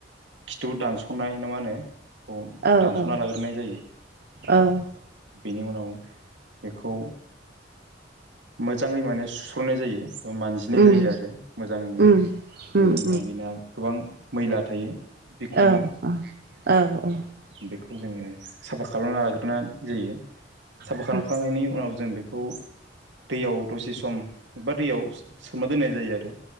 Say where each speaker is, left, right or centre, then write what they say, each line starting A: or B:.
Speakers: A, on the right; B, on the right.
A: खिथु दानस'नाय ना मा होनो। बेखौ
B: औ
A: दानस'ना
B: औ
A: लाग्रोनाय जायो
B: औ औ
A: बेनि उनाव बेखौ मोजाङै माने सुस्र'नाय जायो। मानजिनाय
B: उम
A: जायो आरो मोजांनो
B: उम उम
A: मानो
B: उम
A: होनबा बेना गोबां मैला थायो। बिखङाव
B: औ औ औ उम औ
A: बेखौ जोङो साफा खालामना लाग्रोनाय जायो साफा
B: औ
A: खालामखांनायनि उनाव जों बे खौ दैयाव दसे सम एबा दैयाव। सोना दोननाय जायो आरो।